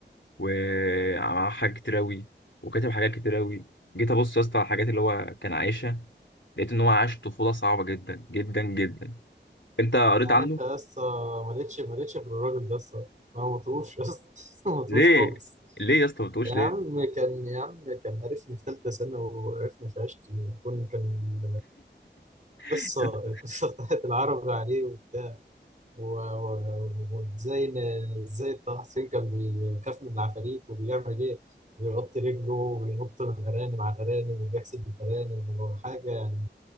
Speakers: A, on the left (about 80°); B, on the right (about 40°).
A: ومعاه حاجات كتير اوي وكاتب حاجات كتير اوي جيت ابص يا اسطى على الحاجات اللي هو كان عايشها لقيت ان هو عاش طفوله صعبه جدا جدا جدا انت قريت
B: يعني
A: عنه
B: انت لسه ما لقيتش ما لقيتش غير الراجل ده لسه ما مطوش لسه <laughs> ما مطوش
A: ليه
B: خالص
A: ليه يا اسطى ما بتقولش
B: يا
A: ليه
B: عم كان يا عم كان عرفني في ثالثة سنة وعرفني في عشتي وكنا كان
A: <laughs>
B: القصة القصة <laughs> بتاعت العربي عليه وبتاع و- و- وازاي ن- ازاي طه حسين كان بيخاف من العفاريت وبيعمل ايه بيغطي رجله وبينط من الأرانب على الأرانب وبيحسد الأرانب وحاجة يعني